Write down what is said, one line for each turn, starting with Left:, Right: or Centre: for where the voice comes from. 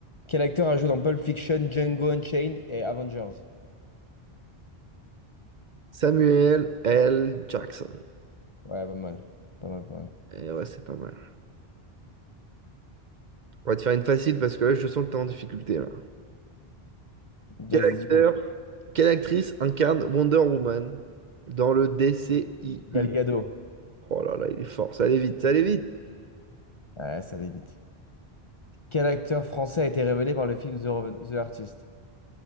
Left: Quel acteur a joué dans Pulp Fiction, Django Unchained et Avengers?
Right: Samuel L. Jackson.
Left: Ouais, pas mal. Pas mal, pas mal.
Right: Eh ouais, c'est pas mal. On va te faire une facile parce que là, je sens que t'es en difficulté, là.
Left: Vas-y,
Right: Quel acteur
Left: dis-moi.
Right: Quelle actrice incarne Wonder Woman dans le DCIU?
Left: Gal Gadot.
Right: Oh là là, il est fort. Ça allait vite, ça allait vite.
Left: Ouais, ça limite. Quel acteur français a été révélé par le film The, Reven- The Artist?